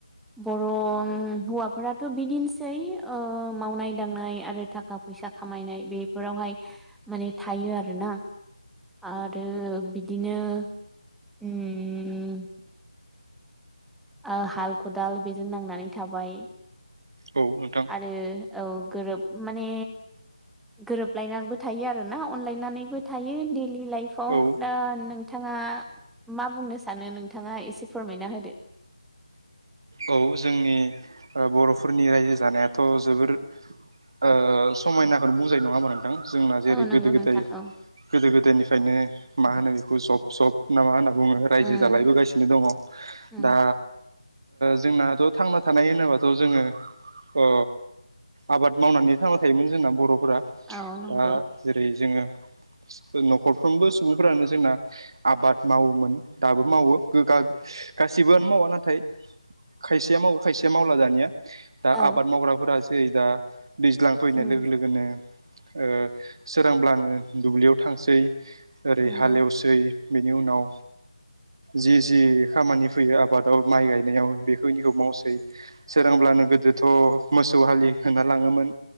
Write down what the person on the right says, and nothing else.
औ नोंथां
औ
औ जोंनि बर'फोरनि रायजो जानायाथ' जोबोर ओ समायनाखौनो बुजाय नङामा नोंथां। जोंना जेरै
गोदो गोदाय
गोदो गोदायनिफ्रायनो मा होनो बेखौ जब जब ना मा होनना बुङो रायजो
जालायबोगासिनो दङ
दा। जोंनाथ' थांना थानाय होनोबाथ' जोङो अ आबाद मावनानै थांना थायोमोन जोंना बर'फोरा
दा जेरै जोङो न'खरफ्रोमबो सुबुंफ्रानो जोंना आबाद मावोमोन दाबो मावो गोगा। गासिबोआनो मावा नाथाय खायसेया मावो खायसेया मावला दानिया दा
आबाद मावग्राफोरा जेरै दा दैज्लां फैनाय
लोगो लोगोनो ओ सोरांब्लानो दुब्लियाव थांसै। ओरै
हालेवसै बेनि उनाव जि जि खामानि फैयो आबादाव माइ गायनायाव बेखौनिखौ मावसै सोरांब्लानो गोदोथ' मोसौ हालि होनना लाङोमोन।